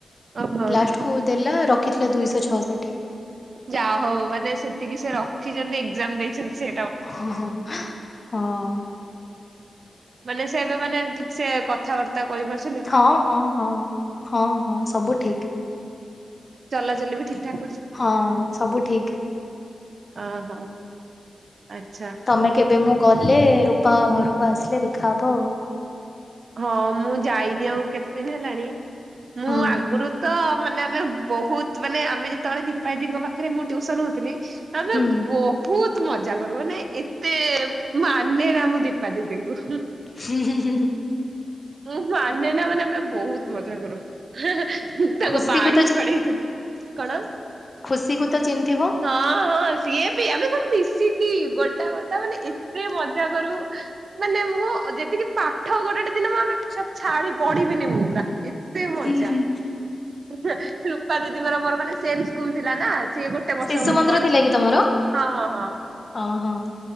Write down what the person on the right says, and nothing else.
ଓହୋ।
ଯାହୋଉ ମାନେ ସେତିକି ସେ ରଖିଚନ୍ତି ଏଗଜାମ ଦେଇଚନ୍ତି ସେ
ମାନେ ସେ ଏବେ ମାନେ ଠିକ ସେ କଥାବାର୍ତ୍ତା କରିପାରୁଛି।
ଚଲା ଚାଲି ବି ଠିକ୍ ଠାକ୍।
ଅଁ ହ ଆଚ୍ଛା।
ହଁ ମୁଁ ଯାଇନି ଆଉ କେତେ ଦିନ ହେଲାଣି ମୁଁ
ଆଗରୁ ତ। ମାନେ ଆମେ ବହୁତ ମାନେ ଆମେ ଯେତେ ବେଳେ ଦୀପା ଦୀଙ୍କ ପାଖରେ ମୁଁ ଟିଉସନ ହଉଥିଲି। ଆମେ
ବହୁତ ମଜା କରୁ ମାନେ ଏତେ ମାନେ ନା ମୁଁ ଦୀପ୍। ପା ଦିଦି ଙ୍କୁ ହୁଁ।
ମୁଁ ମାନେ ନା ମାନେ ଆମେ ବହୁତ ମଜା କରୁ ହେଁ ହେଁ ହୁଁ ତାଙ୍କ
ବାଡି ଛଡେଇ। କଣ।
ହଁ ହଁ ସିଏ ବି ଆମେ ସବୁ ମିଶିକି ଗୋଟା ଗୋଟା ମାନେ ଏତେ ମଜା କରୁ। ମାନେ ମୁଁ ଯେତିକି ପାଠ ଗୋଟେ ଗୋଟେ। ଦିନ ମୁଁ ଆମେ ଛ ଛାଡି ପଢିବିନି ମୁଁ ପୁରା ଏତେ ମଜା।
ହେଁ ରୂପା ଦିଦିଙ୍କର ମୋର ମାନେ ସେମ ସ୍କୁଲ ଥିଲା ନା। ସିଏ ଗୋଟେ ବର୍ଷ
ମୋ
ଠୁ ବଡ
ହଁ ହଁ।